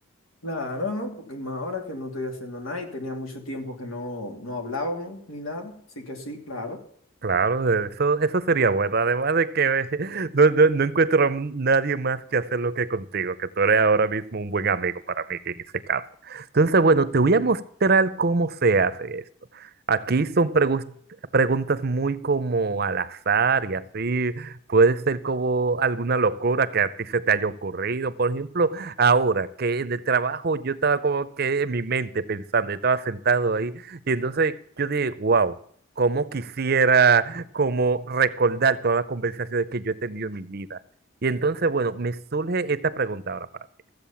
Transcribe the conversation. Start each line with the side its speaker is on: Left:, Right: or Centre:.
Left: Claro, ¿no? Porque más ahora que no estoy haciendo nada y tenía mucho tiempo que no, no hablábamos ni nada. Así que sí, claro.
Right: Claro, eso, eso sería bueno. Además de que <laughs> no, no, no encuentro a nadie más que hacerlo que contigo, que tú eres ahora mismo un buen amigo para mí en ese caso. Entonces, bueno, te voy a mostrar cómo se hace esto. Aquí son pregus- preguntas muy como al azar y así. Puede ser como alguna locura que a ti se te haya ocurrido. Por ejemplo, ahora que en el trabajo yo estaba como que en mi mente pensando, yo estaba sentado ahí y entonces yo dije, wow cómo quisiera como recordar todas las conversaciones que yo he tenido en mi vida. Y entonces, bueno, me surge esta pregunta ahora para ti.